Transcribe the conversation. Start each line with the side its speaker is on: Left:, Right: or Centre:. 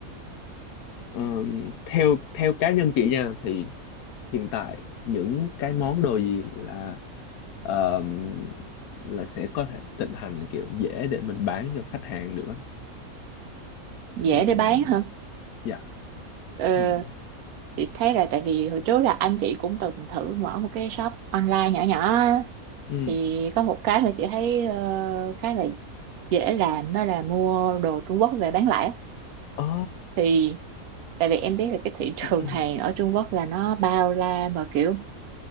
Left: Ờ, theo theo cá nhân chị nha thì hiện tại những cái món đồ gì là ờ, là sẽ có thể thịnh hành kiểu dễ để mình bán cho khách hàng được á
Right: dễ
Left: Ừm,
Right: để bán hả?
Left: dạ
Right: Ờ,
Left: Ừm,
Right: chị thấy là tại vì hồi trước là anh chị cũng từng thử mở một cái shop online nhỏ nhỏ á.
Left: ừm.
Right: thì có một cái mà chị thấy ờ, khá là dễ làm đó là mua đồ Trung Quốc về bán lẻ á.
Left: Ờ.
Right: thì tại vì em biết là cái thị trường
Left: <clears throat>
Right: hàng ở Trung Quốc là nó bao la mà kiểu